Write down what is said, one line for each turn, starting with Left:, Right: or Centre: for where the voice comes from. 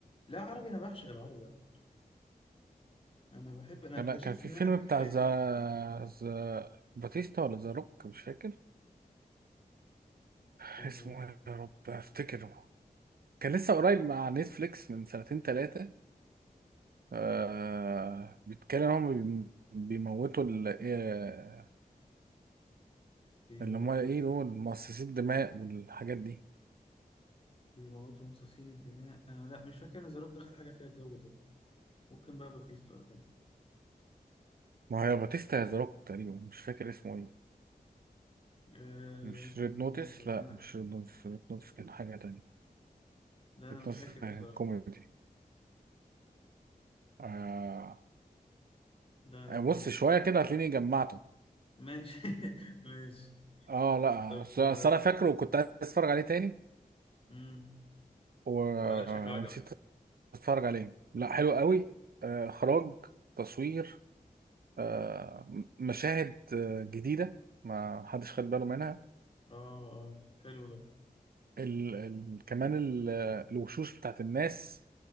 Left: لا عربي انا بعشق العربي على فكرة. انا بحب انا
Right: كان
Left: اكتشفت
Right: كان في
Left: ان
Right: فيلم
Left: انا في
Right: بتاع
Left: فايت
Right: ذا ذا باتيستا ولا ذا روك مش فاكر اسمه
Left: كان
Right: ايه يا رب افتكره كان لسه قريب مع نتفليكس من سنتين ثلاثة آه بيتكلم ان هم بيم- بيموتوا ال- آه،
Left: بيموتوا
Right: اللي هم ايه
Left: مين؟
Right: دول مؤسسي الدماء والحاجات دي
Left: بيموتوا مصاصين الدماء انا لا مش فاكر ان زاروك دخل حاجه فيها الجو ده ممكن بقى باتيستا ولا حاجه
Right: ما هي باتيستا يا ذا روك تقريبا مش فاكر اسمه ايه
Left: آه
Right: مش
Left: بيموتوا
Right: ريد
Left: مصاصين
Right: نوتس
Left: الدماء
Right: لا مش ريد نوتس ريد نوتس كان حاجة تانية
Left: لا انا
Right: ريد
Left: مش
Right: نوتس
Left: فاكر
Right: كان
Left: بصراحه
Right: كوميدي آه
Left: لا لا مش
Right: بص
Left: جاي
Right: شوية كده هتلاقيني جمعته
Left: ماشي <laughs> ماشي
Right: اه لا
Left: طب
Right: أصل-
Left: آه
Right: أصل انا فاكره وكنت عايز اتفرج عليه تاني
Left: مم.
Right: و...
Left: آه لا شكله عجبك
Right: ونسيت اتفرج عليه لا حلو قوي آه، اخراج تصوير آه، م- مشاهد آه، جديده ما حدش خد باله منها
Left: اه اه حلو ده
Right: ال... ال... كمان ال... الوشوش بتاعت الناس